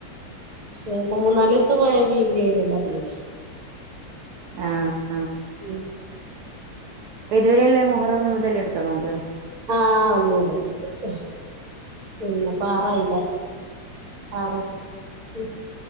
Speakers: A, on the right; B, on the right.
A: ക്ഷെ പ്പൊ മൂന്നാലിവസത്തെ മഴ പെയ്യില്ലേലും മതീലേ?
B: ആ ആ
A: ഉം
B: പ്പ ഇതുവരല്ലേ മുഹറം ഒന്ന് മുതല്ട്ത്ത നോമ്പ്.
A: ആഹ് ഒന്ന് മുതല്ട്ത്തു. ഇന്നിപ്പാറായില്ലെ. ആറോട് ഉം